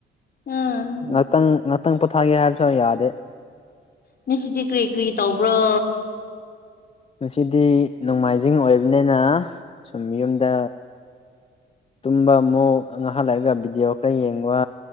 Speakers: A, on the left (about 50°); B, on the left (about 30°).
A: ꯎꯝ
B: ꯉꯥꯛꯇꯪ ꯉꯥꯛꯇꯪ ꯄꯣꯊꯥꯒꯦ ꯍꯥꯏꯕꯁꯨ ꯌꯥꯗꯦ
A: ꯉ ꯁꯤꯗꯤ ꯀꯔꯤ ꯀꯔꯤ ꯇꯧꯕ꯭ꯔꯣ
B: ꯉꯁꯤꯗꯤ ꯅꯣꯡꯃꯥꯏꯖꯤꯡ ꯑꯣꯏꯕꯅꯤꯅ ꯁꯨꯝ ꯌꯨꯝꯗ ꯇꯨꯝꯕ ꯑꯃꯨꯛ ꯉꯥꯍꯛꯂꯩꯔꯒ ꯚꯤꯗꯤꯑꯣ ꯈꯔ ꯌꯦꯡꯕ